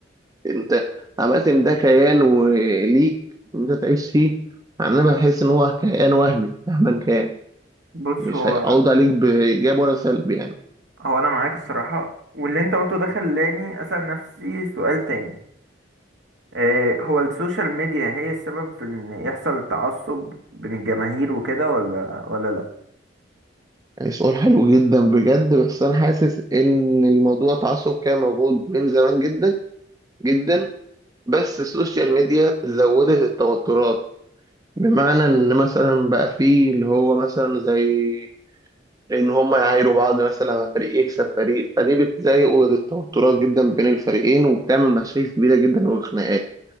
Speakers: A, on the right; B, on the right.
A: انت عملت ان ده كيان وليك ان انت تعيش فيه يعني انا بحس ان هو كيان وهمي مهما كان
B: بص
A: مش
B: هو
A: هيعود عليك بايجاب ولا سلب يعني
B: هو انا معاك الصراحة واللي انت قلته ده خلاني اسأل نفسي سؤال تاني آه... هو السوشيال ميديا هي السبب في ان يحصل تعصب بين الجماهير وكده ولا ولا
A: يعني سؤال حلو جدا بجد بس انا حاسس ان الموضوع تعصب كان موجود من زمان جدا جدا بس السوشيال ميديا زودت التوترات بمعنى ان مثلا بقى فيه اللي هو مثلا زي ان هم يعايروا بعض مثلا فريق يكسب فريق فدي بتزايق التوترات جدا بين الفريقين وبتعمل مشاكل كبيره جدا وخناقات